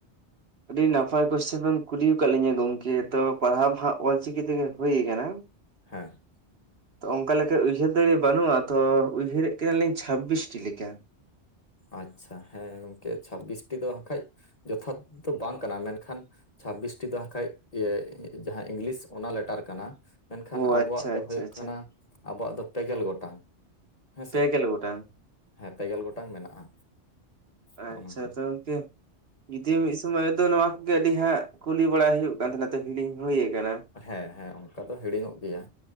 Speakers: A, on the right (about 60°); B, on the left (about 35°).
A: ᱟᱹᱰᱤ ᱱᱟᱯᱟᱭ ᱠᱩᱥᱪᱮᱱᱮᱢ ᱠᱩᱞᱤ ᱟᱠᱟᱫ ᱞᱤᱧᱟᱹ ᱜᱚᱢᱠᱮ ᱛᱚ ᱯᱟᱲᱦᱟᱣ ᱢᱟ ᱦᱟᱸᱜ ᱚᱞᱪᱤᱠᱤ ᱛᱮᱜᱮ ᱦᱩᱭ ᱠᱟᱱᱟ
B: ᱦᱮᱸ
A: ᱛᱚ ᱚᱱᱠᱟ ᱞᱮᱠᱟ ᱩᱭᱦᱟᱹᱨ ᱫᱟᱲᱮ ᱵᱟᱹᱱᱩᱜᱼᱟ ᱛᱚ ᱩᱭᱦᱟᱹᱨᱮᱜ ᱜᱮᱭᱟᱞᱤᱧ ᱪᱷᱟᱵ ᱵᱤᱥᱴᱤ ᱞᱮᱠᱟ
B: ᱟᱪᱪᱷᱟ ᱦᱮᱸ ᱜᱚᱢᱠᱮ ᱪᱷᱟᱵᱤᱥᱴᱤ ᱫᱚ ᱵᱟᱠᱷᱟᱡ ᱡᱚᱛᱷᱟᱛ ᱫᱚ ᱵᱟᱝ ᱠᱟᱱᱟ ᱢᱮᱱᱠᱷᱟᱱ ᱪᱷᱟᱵᱤᱥᱴᱤ ᱫᱚᱟᱸ ᱠᱷᱟᱡ ᱡᱟᱦᱟᱸ ᱤᱝᱞᱤᱥ ᱚᱱᱟ ᱞᱮᱴᱟᱨ ᱠᱟᱱᱟ ᱢᱮᱱᱠᱷᱟᱱ
A: ᱚ
B: ᱟᱵᱚᱣᱟᱜ
A: ᱟᱪᱪᱷᱟ
B: ᱫᱚ
A: ᱟᱪᱪᱷᱟ
B: ᱦᱩᱭᱩᱜ
A: ᱟᱪᱪᱷᱟ
B: ᱠᱟᱱᱟ ᱟᱵᱚᱣᱟᱜ ᱫᱚ ᱯᱮᱜᱮᱞ ᱜᱚᱴᱟᱝ ᱦᱮᱸ
A: ᱯᱮᱜᱮᱞ
B: ᱥᱮ
A: ᱜᱚᱴᱟᱝ
B: ᱦᱮᱸ ᱯᱮᱜᱮᱞ ᱜᱚᱴᱟᱝ ᱢᱮᱱᱟᱜᱼᱟ
A: ᱟᱪᱪᱷᱟ
B: ᱱᱚᱜᱼᱚ ᱱᱚᱝᱠᱟ
A: ᱛᱚᱝᱠᱮ ᱡᱩᱫᱤ ᱢᱤᱫ ᱥᱚᱢᱚᱭ ᱫᱚ ᱱᱚᱣᱟ ᱠᱚᱜᱮ ᱟᱹᱰᱤ ᱦᱟᱸᱜ ᱠᱩᱞᱤ ᱵᱟᱲᱟᱭ ᱦᱩᱭᱩᱜ ᱠᱟᱱ ᱛᱟᱦᱮᱱᱟ ᱛᱚ ᱦᱤᱲᱤᱧ ᱦᱩᱭ ᱟᱠᱟᱱᱟ
B: ᱦᱮᱸ ᱦᱮᱸ ᱚᱱᱠᱟ ᱫᱚ ᱦᱤᱲᱤᱧᱚᱜ ᱜᱮᱭᱟ